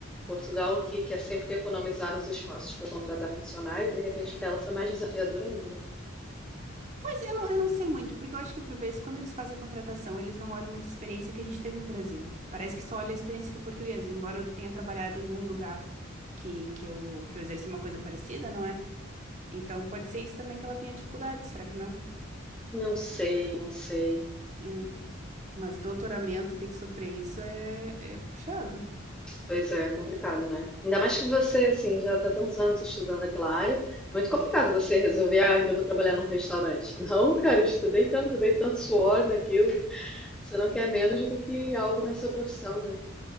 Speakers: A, in the centre; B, on the right (about 35°).
A: Portugal, que quer sempre economizar nos esforços para contratar funcionário, de repente para ela foi mais desafiador ainda.
B: Pois eu não, eu não sei muito, porque eu acho que por vezes quando eles fazem a contratação, eles não olham muito a experiência que a gente teve no Brasil. Parece que só olha a experiência aqui portuguesa, embora eu tenha trabalhado em um lugar que, que eu, que eu exerci uma coisa parecida, não é? Então pode ser isso também que ela tenha dificuldade, será que não?
A: Não sei, não sei.
B: É. Mas doutoramento ter que sofrer isso é, é puxado.
A: Pois é, é complicado, né? Ainda mais que você, assim, já está tantos anos estudando aquela área, é muito complicado você resolver, ah, ainda vou trabalhar num restaurante. <laughs> Não, cara, eu estudei tanto, dei tanto suor naquilo. Você não quer menos do que algo na sua profissão, né?